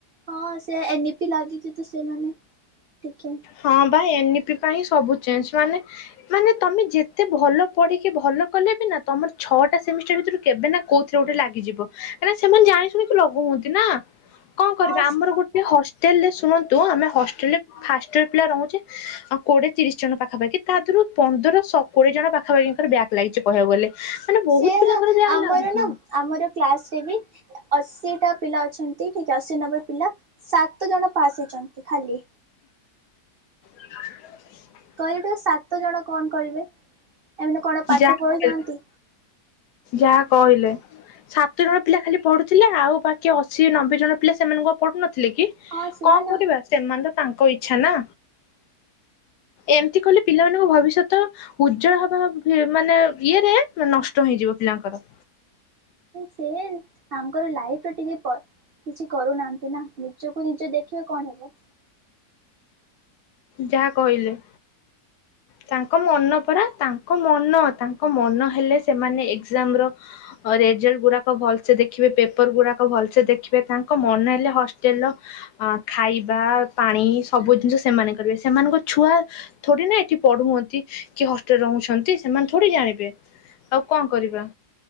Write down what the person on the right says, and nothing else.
ହଁ ସେ ଏନ ପି ଲାଗିଚି ତ ସେମାନେ ଟିକେ
ହଁ
ସେଇ
ବା
ଆମର
ନା ଆମର କ୍ଲାସ ରେ ବି ଅଶୀଟା ପିଲା ଅଛନ୍ତି ଠିକ ଅଶୀ ନବେ ପିଲା। ସାତ ଜଣ ପାସ୍ ହେଇଛନ୍ତି ଖାଲି
କାଲି ଠୁ ସାତ ଜଣ କଣ କରିବେ ଏମିତି କଣ ପାଠ
ପଢ଼ୁଛନ୍ତି।
ହଁ ସେଆ
ନା
ସେ ତାଙ୍କର ଲାଇଫ ର ଟିକେ କିଛି କରୁନାହାନ୍ତି ନା ନିଜକୁ ନିଜ ଦେଖିବେ କଣ ହେବ।